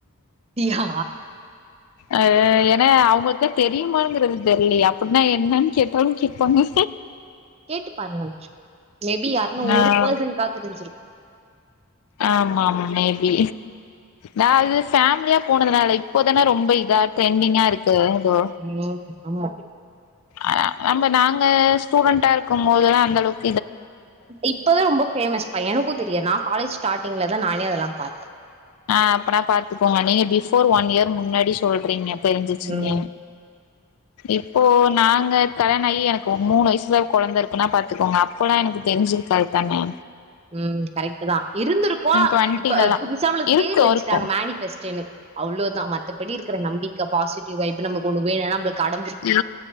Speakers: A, on the right; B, on the left.
A: அப்டியா
B: ஆஹ ஏன்னா அவுங்களுக்குதா தெரியுமாங்கிறது தெர்லயே அப்டின்னா என்னன்னு கேட்டாலு கேப்பாங்க
A: கேட்டுபாருங்களே மேபி யாருக்குனா
B: ஆ
A: ஒரு பர்சன்கா தெரிஞ்சிருக்கு
B: ஆமா ஆமா மேபி நா அது ஃபேமிலியா போனதுனால இப்போ தான ரொம் ப இதா ட்ரெண்டிங்கா இருக்கு ஏதோ
A: ம் ஆமா
B: ஆ ஆமா நாங்க ஸ்டூடெண்ட்டா இருக்கும் போதுலா அந்த அளவுக்
A: இப்பதா ரொம்ப பேமஸ் பா எனக்கு தெரியாது நா காலேஜ் ஸ்டார்டிங்லதா நானே அதெல்லா பாத்தே
B: ஆ அப்பனா பாத்துக்கோங்க நீங்க பிபோர் ஒன் இயர் முன்னாடி சொல்றீங்க தெரிஞ்சிச்சிங்க
A: ம்
B: இப்போ நாங்க கல்யாணோ ஆகி எனக்கு மூணு வயசுல கொழந்தை இருக்குன்னா பாத்துக்கோங்க அப்போல்லா எனக்கு தெரிஞ்சி கரெக்ட் தான
A: ம் கரெக்ட் தா இருந்துருக்கு
B: டுவெண்ட்டிலல்லா
A: இப்ப புதுசா நம்மளுக்
B: இருக்கு
A: பேர் வச்சிட்டாங்க
B: இருக்கு
A: மேனிபெஸ்ட்ன்னு அவ்ளோதா மத் தபடி இருக்ற நம்பிக்க பாசிட்டிவ் வைப் நமக்கு ஒன்னு வேணுன்னா நம்பளுக் அடுத்
B: இ